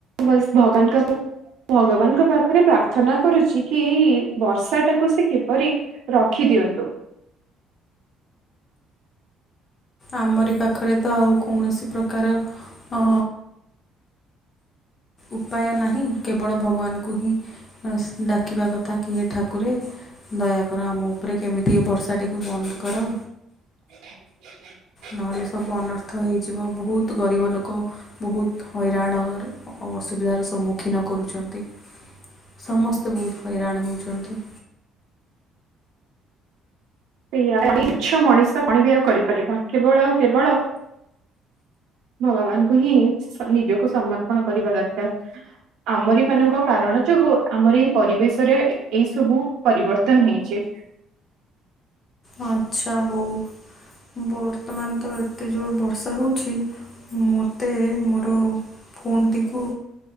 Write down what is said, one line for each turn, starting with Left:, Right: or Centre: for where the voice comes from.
Right: ବାଶ୍ ଭଗବାନଙ୍କ ଭଗବାନଙ୍କ ପାଖରେ ପ୍ରାର୍ଥନା କରୁଚି। କି ଏଇ ବର୍ଷା ଟାକୁ ସେ କିପରି ରଖିଦିଅନ୍ତୁ।
Left: ଆମରି ପାଖରେ ତ ଆଉ କୌଣସି ପ୍ରକାର ଅ ଉପାୟ ନାହିଁ କେବଳ ଭଗବାନଙ୍କୁ ହିଁ ବାସ୍ ଡାକିବା କଥା କିଏ ହେ ଠାକୁରେ। ଦୟାକର ଆମ ଉପରେ କେମିତି ଏ ବର୍ଷାଟିକୁ ବନ୍ଦ କର।
Right: <unintelligible>
Left: ନହେଲେ ସବୁ ଅନର୍ଥ ହେଇଯ ଯିବ ବୋହୁତ୍ ବୋହୁତ୍ ଗରିବ ଲୋକ ବୋହୁତ୍ ହଇରାଣର ଅସୁବିଧାର ସମ୍ମୁଖୀନ କରୁଚନ୍ତି।
Right: <inaudible>
Left: ସମସ୍ତେ ବୋହୁତ ହଇରାଣ ହୋଉଚନ୍ତି।
Right: ସେଇଆବି ଛମଣିଷ କଣ ବି ଆଉ କରିପାରିବା କେବଳ ଆଉ କେବଳ ଭଗବାନଙ୍କୁ ହିଁ ସନି ନିଜକୁ ସମର୍ପଣ କରିବା ଦରକାର। ଆମରି ମାନଙ୍କ କାରଣ ଯୋଗୁ ଆମର ଏଇ ପରିବେଶରେ ଏଇ ସବୁ ପରିବର୍ତ୍ତନ ହେଇଚେ।
Left: ଆଛା ବୋଉ ବର୍ତ୍ତମାନ ତ ଏତେ ଜୋର ବର୍ଷା ହୋଉଚି। ମୋତେ ମୋର ଫୋନ୍ ଟିକୁ